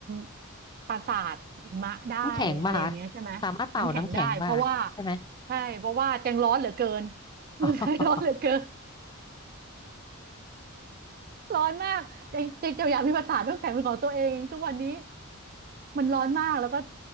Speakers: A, on the right; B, on the left.
A: ำปราสาทหิมะได้อะไรอย่างเงี้ยใช่ไหมน้ำแข็งได้เพราะว่า
B: น้ำแข็งป่ะคะสามารถเป่าน้ำแข็งป่ะคะใช่ไหม
A: ใช่เพราะว่าแจงร้อนเหลือเกิน <laughs> เมืองไทยร้อนเหลือเกิน
B: อ๋อ
A: ร้อนมากแจงแจงจะอยากมีปราสาทน้ำแข็งเป็นของตัวเองทุกวันนี้มันร้อนมากแล้วก็